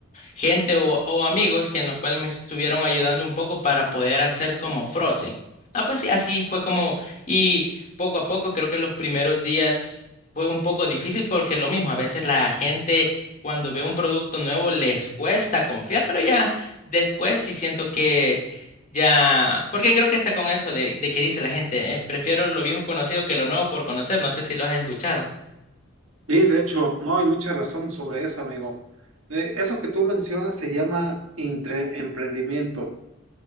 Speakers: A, on the left; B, on the right.
A: gente o, o amigos que en los cuales me estuvieron ayudando un poco para poder hacer como Frozen. Ah, pues sí, así fue como, y poco a poco creo que los primeros días fue un poco difícil porque lo mismo, a veces la gente cuando ve un producto nuevo les cuesta confiar, pero ya después sí siento que ya, porque creo que está con eso de, de que dice la gente, eh, prefiero lo viejo conocido que lo nuevo por conocer, no sé si lo has escuchado.
B: Sí, de hecho, no, hay mucha razón sobre eso, amigo. Eh, Eso que tú mencionas se llama entre- emprendimiento.